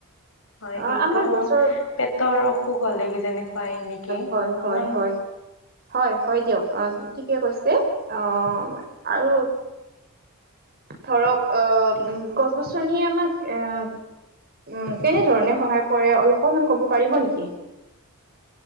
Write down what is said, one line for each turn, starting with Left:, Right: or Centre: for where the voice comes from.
Left: হয়
Right: অ
Left: এইটো
Right: আমাৰ গছৰ
Left: পেটৰ অসুখ হ'লে কিজানি হয় নেকি,
Right: হয় হয়
Left: ইমান।
Right: হয় হয়, হয়, দিয়ক অ' ঠিকে কৈছে অ' আৰু ধৰক অ' গছ গছনিয়ে আমাক এ উম কেনে ধৰণে সহায় কৰে অকমান ক'ব পাৰিব নেকি? <inaudible>